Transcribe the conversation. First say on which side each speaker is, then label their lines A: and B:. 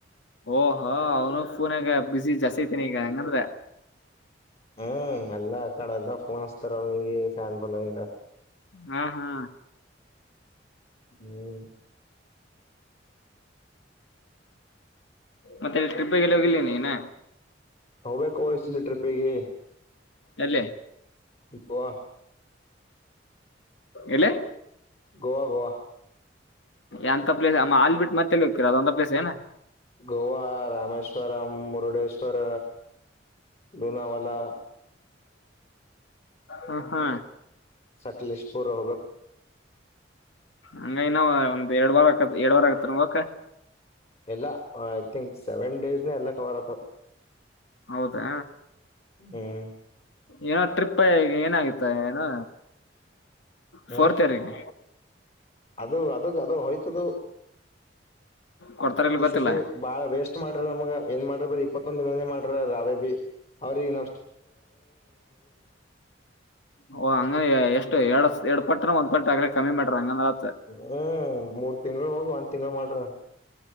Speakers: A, on the left (about 80°); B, on the left (about 35°).
A: ಓಹೊ ಅವನು ಫೋನ್ಯಗ್ ಬ್ಯುಸಿ ಜಾಸ್ತಿ ಐತನಿ ಈಗ ಹಂಗಂದ್ರ?
B: ಹ್ಮ್ ಎಲ್ಲಾ ಆ ಕಡೆಯಿಂದ ಫೋನ ಹಸ್ತಾರ ಅವ್ರಿಗಿ ಫ್ಯಾನ್ ಫಾಲೋಇಂಗ.
A: ಹಾ ಹಾ
B: ಹ್ಮ್
A: ಮತ್ತೆ ಟ್ರಿಪ್ಗೆಲ್ಲಿ ಹೋಗಿಲ್ಲ ನೀ ಇನ?
B: ಹೋಗಬೇಕೋ ಈ ಸಲಿ ಟ್ರಿಪ್ ಪ್ಪಿಗೆ
A: ಎಲ್ಲೇ?
B: ಗೋವಾ
A: ಎಲ್ಲೇ?
B: ಗೋವಾ ಗೋವಾ
A: ಎಂತ ಪ್ಲೇಸ್ ಅಮ ಅಲ್ಲಿ ಬಿಟ್ಟ ಮತ್ತೆ ಎಲ್ಲಿ ಹೋಕ್ಕಿರಿ ಅದೊಂದ ಪ್ಲೇಸ್ ಏನ?
B: ಗೋವಾ, ರಾಮೇಶ್ ಶ್ವ್ರಂ ಮುರ್ಡೇಶ್ ವರ, ಲೂನಾವಾಲಾ
A: ಹ ಹಾ
B: ಸಕ್ಲೇಶಪುರ ಹೋಗ್ಬೇ
A: ಹಂಗ ಇನ್ನ ಒಂದ್ ಎರಡ್ ವಾರ ಆಕತ್ ಎರಡ್ ವಾರ ಆಗತ್ತೇನ ಹೋಗಕ್ಕ.
B: ಇಲ್ಲಾ ಐ ಥಿಂಕ್ ಸೆವೆನ್ ಡೇಸ್ನ್ಯಾಗ್ ಎಲ್ಲಾ ಕವರ್ ಆಗ್ತಾವ್
A: ಹೌದಾ
B: ಹ್ಮ್.
A: ಏನೋ ಟ್ರಿಪ್ಪ ಈಗ ಏನ ಐತೊ ಏನೋ
B: ಹ್ಮ್
A: ಫೋರ್ ತಾರಿಕ್
B: ಅದು ಅದು ಗದು ಹೋಯ್ತದು.
A: ಕೊಡ್ತಾರ ಇಲ್
B: ಈ
A: ಗೊತ್ತಿಲ್ಲ
B: ಸದ್ದೇ ಬಾಳ ವೇಸ್ಟ್ ಮಾಡ್ರ ನಮಗ ಹೆಂಗ ಮಾಡ್ರ ಬರಿ ಇಪ್ಪತ್ತೊಂದ ದಿನೇ ಮಾಡ್ರ ರಾವೇಬಿ ಅವ್ರಗಿ
A: ಅವ ಹಂಗ ಎಷ್ ಎರಡ್ ಎರಡ್ ಪಟ್ಟ್ರ ಒಂದ ಪಟ್ಟ ಆಗ್ಲೇ ಕಮ್ಮಿ ಮಾಡ್ರ ಹಂಗನ್ರಾ
B: ಹ್ಮ ಮೂರ್ ತಿಂಗಳ ಹೋಗಿ ಒಂದ್ ತಿಂಗಳ ಮಾಡೇರ.